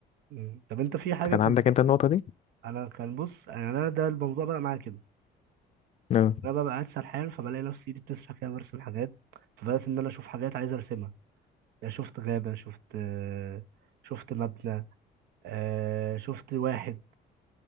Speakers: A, on the right; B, on the left.
A: مم. طب انت في حاجة
B: كان
A: كنت
B: عندك انت النقطة دي؟
A: انا كان بص يعني انا ده الموضوع بقى معايا كده
B: نعم
A: انا ببقى قاعد سرحان فبلاقي نفسي ايدي بتسرح كده برسم حاجات فبدات ان انا اشوف حاجات عايز ارسمها يعني شفت غابه شفت آه، شفت مبنى آه، شفت واحد